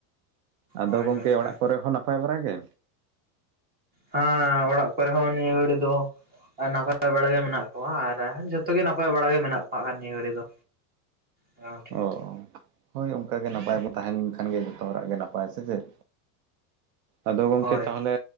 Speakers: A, on the right (about 60°); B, on the right (about 20°).
A: ᱟᱫᱚ
B: ᱦᱳᱭ ᱦᱳᱭ
A: ᱜᱚᱝᱠᱮ
B: ᱦᱮᱸ
A: ᱚᱲᱟᱜ ᱠᱚᱨᱮ ᱦᱚᱸ ᱱᱟᱯᱟᱭ ᱵᱟᱲᱟᱜ ᱜᱮ?
B: ᱦᱮᱸ ᱚᱲᱟᱜ ᱠᱚᱨᱮ ᱦᱚᱸ ᱱᱤᱭᱟᱹ ᱜᱷᱟᱹᱲᱤ ᱫᱚ ᱱᱟᱯᱟᱭ ᱵᱮᱲᱟ ᱜᱮ ᱢᱮᱱᱟᱜ ᱠᱚᱣᱟ ᱟᱨ ᱡᱚᱛᱚ ᱡᱚᱛᱚᱜᱮ ᱱᱟᱯᱟᱭ ᱵᱟᱲᱟᱟᱜ ᱜᱮ ᱢᱮᱱᱟᱜ ᱯᱟᱜ ᱠᱟᱱ ᱱᱤᱭᱟᱹ ᱜᱷᱟᱹᱲᱤ ᱫᱚ ᱜᱚᱢᱠᱮ
A: ᱚ ᱦᱚᱭ ᱚᱱᱠᱟᱜᱮ ᱱᱟᱯᱟᱭ ᱵᱚ ᱛᱟᱦᱮ ᱞᱮᱱ ᱠᱷᱟᱱ ᱜᱮ ᱡᱚᱛᱚ ᱦᱚᱲᱟᱜ ᱜᱮ ᱱᱟᱯᱟᱭ ᱥᱮ ᱪᱮᱫ᱾ ᱟᱫᱚ ᱜᱚᱝᱠᱮ
B: ᱦᱳᱭ
A: ᱛᱟᱦᱚᱞᱮ